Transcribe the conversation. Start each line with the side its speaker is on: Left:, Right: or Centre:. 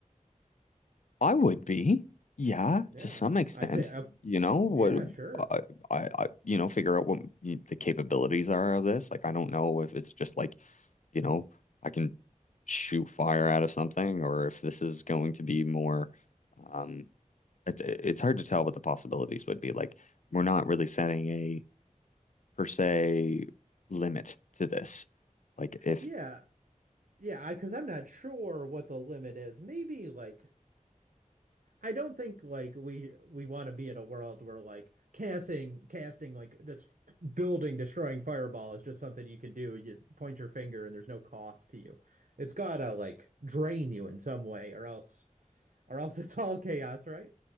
Left: I would be, yeah,
Right: Yeah,
Left: to some extent.
Right: I think I've,
Left: You know what?
Right: yeah, sure.
Left: I, I, I you know, figure out what y- the capabilities are of this. Like, I don't know if it's just like, you know, I can shoot fire out of something, or if this is going to be more. Um, it's it's hard to tell what the possibilities would be. Like, we're not really setting a per se limit to this. Like if
Right: Yeah, yeah, I because I'm not sure what the limit is. Maybe like I don't think like we we want to be in a world where like casting casting like this building destroying fireball is just something you can do. You point your finger and there's no cost to you. It's gotta like drain you in some way, or else or else <laughs> it's all chaos, right?